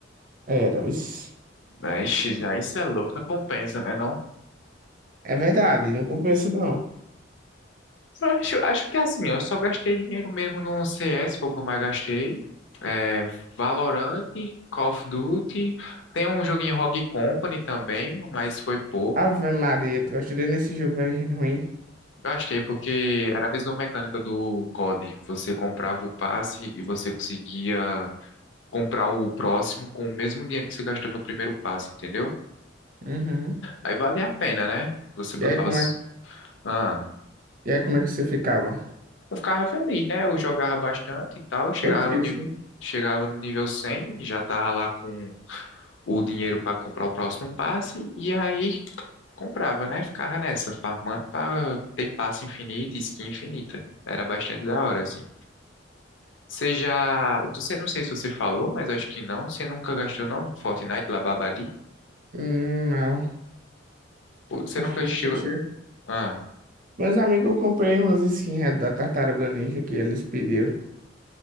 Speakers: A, on the right; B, on the left.
A: Era, isso.
B: Mas aí isso é louco, não compensa, né não?
A: É verdade, não compensa, não.
B: Eu Acho, acho que é assim, eu só gastei dinheiro mesmo no CS, foi o que eu mais gastei. É, Valorant, Call of Duty. Tem um joguinho em Rogue Company também, mas foi pouco.
A: Ave Maria, tu gastou dinheiro nesse jogo, velho, ruim.
B: Gastei porque era a mesma mecânica do COD. Você comprava o passe e você conseguia comprar o próximo com o mesmo dinheiro que você gastou no primeiro passe, entendeu?
A: Uhum.
B: Aí valia a pena, né? Você botava.
A: E aí, como
B: as-
A: é,
B: Ah.
A: e aí, como é que você ficava?
B: Eu ficava feliz, né? Eu jogava bastante e tal. Chegava
A: Foi triste.
B: no nível,
A: né?
B: chegava no nível 100 já tava lá com o dinheiro para comprar o próximo passe. E aí comprava, né? Ficava nessa, farmando para ter passe infinito e skin infinita. Era bastante da hora, assim. Você já. Você, não sei se você falou, mas acho que não. Você nunca gastou, não, no Fortnite lá, Babadi?
A: Hum, não.
B: Pô, Você
A: Acho
B: nunca
A: que isso
B: chegou.
A: chega.
B: Ah,
A: Meus amigos, eu comprei umas skins da Tartaruga Ninja que eles pediram.